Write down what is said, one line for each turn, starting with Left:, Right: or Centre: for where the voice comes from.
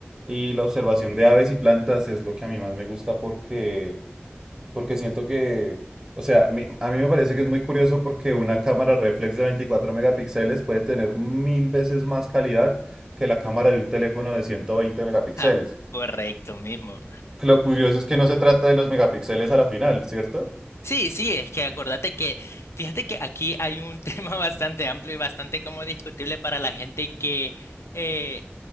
Right: y la observación de aves y plantas es lo que a mí más me gusta porque, porque siento que, o sea, mi- a mí me parece que es muy curioso porque una cámara reflex de 24 megapíxeles puede tener mil veces más calidad que la cámara de un teléfono de 120 megapíxeles.
Left: Ah, correcto mismo.
Right: Lo curioso es que no se trata de los megapíxeles a la final, ¿cierto?
Left: Sí, sí, es que acordate que, fíjate que aquí hay un <laughs> tema bastante amplio y bastante como discutible para la gente que eh,